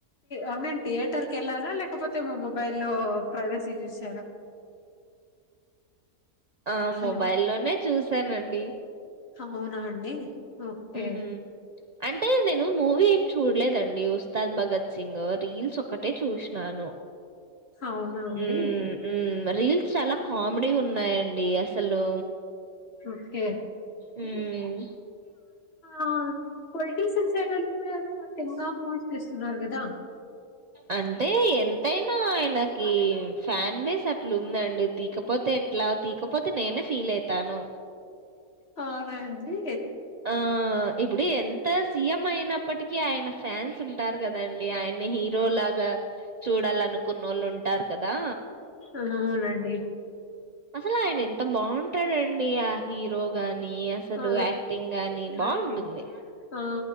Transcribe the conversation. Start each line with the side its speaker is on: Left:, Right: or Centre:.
Left: అ మీన్ థియేటర్ క ఎలా లే కాకపోతే మా మొబైల్ల్లో ప్రైవసీ చూసారా
Right: ఆ
Left: హలో
Right: మొబై లోనే చూసానండి
Left: అవునా అండి ఓకే
Right: హ్మ్. అంటే నేను మూవీ ఏమి చూడలేదండి ఉస్తాద్ భగత్ సింగు రీల్స్ ఒకటే చూసినాను
Left: అవునా అండి
Right: మ్మ్మ్మ్ మ్మ్మ్మ్ రీల్స్ చాలా కామెడీ ఉన్నాయంండి అసలు
Left: ఓకే
Right: మ్మ్మ్మ్
Left: ఆ పొలిటీషియన్ సైడ్ కూడా ఎదో మధ్యంగా మ ఇస్తున్నారు కదా
Right: అంటే ఎ ఎంతైనా ఆయనకి ఫ్యాన్ బేస్ అట్లా ఉందండి తీకపోతే ఎట్లా తీకపోతే నేనే ఫీల్ అయితాను
Left: అవునండి
Right: ఆ ఇప్పుడు ఎంత సీఎం అయిన ఇప్పటిక ఆయన ఫ్యాన్స్ ఉంటారు కదండి ఆయన హీరో లాగా చూడాలనుకున్న వాళ్ళు ఉంటారు కదా
Left: అవునండి
Right: అసలు ఆయన ఎంత బాగుంటాడండి ఆ హీరోగాని కానీ అసలు
Left: ఆ
Right: యాక్టింగ్ గానీ బాగుంటుంది
Left: యాక్టింగ్ ఆ